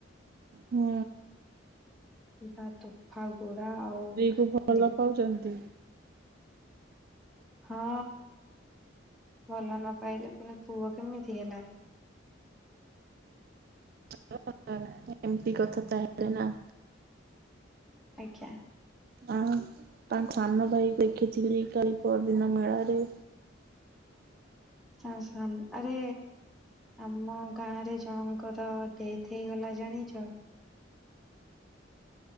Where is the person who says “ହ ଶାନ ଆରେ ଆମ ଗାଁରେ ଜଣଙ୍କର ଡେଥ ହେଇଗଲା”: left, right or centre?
Centre